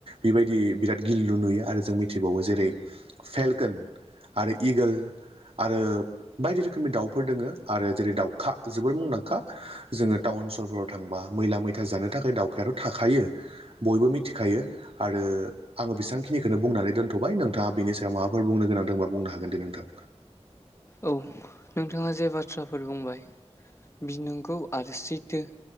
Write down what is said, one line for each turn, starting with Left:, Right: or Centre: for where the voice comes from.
Right: बेबायदि बिराद गिललु नुयो आरो जों मिथिबावो जेरै फेलकोन आरो इगोल आरो बायदि रोखोमनि दाउफोर दोङो आरो जेरै दाउखा जोबोर मुंदांखा जोङो टाउन सहफोराव थांबा मैला मैथा जानो थाखाय दावखायाथ' थाखायो बयबो मिथिखायो आरो आङो बेसेबखिनिखौनो बुंनानै दोनथ'बाय नोंथाङा बेनि सायाव माबाफोर बुंनो गोनांदोंबा बुंनो हागोन दे नोंथां
Left: औ नोंथाङा जे बाथ्राफोर बुंबाय बि नंगौ आरो सैथो